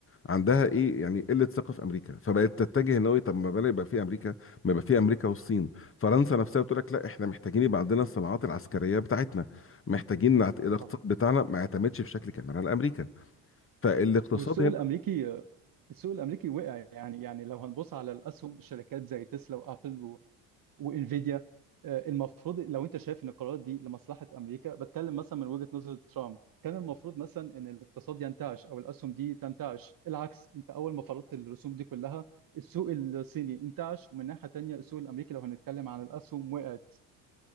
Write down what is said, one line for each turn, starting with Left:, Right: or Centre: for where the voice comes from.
Left: عندها ايه يعني قله ثقه في امريكا فبقت تتجه ان هو طب ما بلا يبقى في امريكا ما يبقى في امريكا والصين فرنسا نفسها بتقول لك لا احنا محتاجين يبقى عندنا الصناعات العسكريه بتاعتنا محتاجين نعت- الاقتصاد
Right: صح
Left: بتاعنا ما يعتمدش بشكل كامل على امريكا فالاقتصاد
Right: والسوق
Left: هنا
Right: الامريكي السوق الامريكي وقع يعني يعني لو هنبص على الاسهم شركات زي تسلا وابل وانفيديا آه، المفروض لو انت شايف ان القرارات دي لمصلحه امريكا بتكلم مثلا من وجهه نظر ترامب كان المفروض مثلا ان الاقتصاد ينتعش او الاسهم دي تنتعش العكس انت اول ما فرضت الرسوم دي كلها السوق الصيني انتعش ومن ناحيه تانيه السوق الامريكي لو هنتكلم عن الاسهم وقعت